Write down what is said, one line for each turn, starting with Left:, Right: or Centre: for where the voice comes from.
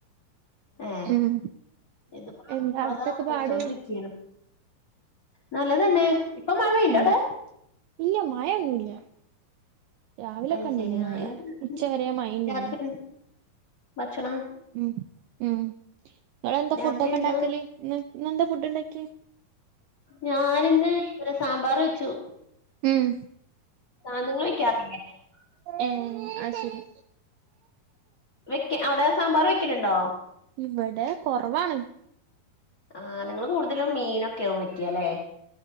Left: ഹേ
Right: ഉം
Left: ഇത് പ
Right: എന്താ അവിടത്തൊക്കെ
Left: താ കഴിച്ചോണ്ടിരിക്കയാണ്.
Right: പാട്
Left: നല്ലതന്നെ ഇപ്പം മഴ പെയ്യ്ണ്ടോടേ?
Right: ഉം ഇല്ല മഴന്നുല്ല രാവിലെക്കെണ്ടേനി
Left: അത് ശരി ആ
Right: മഴ
Left: ഇന്ന്
Right: ഉച്ചവരെ മഴന്നേനി.
Left: രാത്രി ഭക്ഷണം
Right: ഉം ഉം ങ്ങള ന്താ
Left: രാത്രി
Right: ഫുഡക്കെ
Left: എന്താ
Right: ണ്ടാക്കല് ന്ന് ഇന്ന് ന്താ ഫുഡ് ണ്ടാക്കിയേ?
Left: ഞാൻ ന്ന് ഹ് സാമ്പാർ വെച്ചു.
Right: ഉം
Left: <unintelligible>
Right: ഏഹ് അഹ് ശരി
Left: വെക്ക അഒടെ സാമ്പാർ വെക്കല്ണ്ടോ?
Right: ഇവടെ കൊറവാണ്.
Left: ആഹ് നിങ്ങള് കൂട്തലും മീനക്കെവു വയ്ക്കാ ല്ലേ?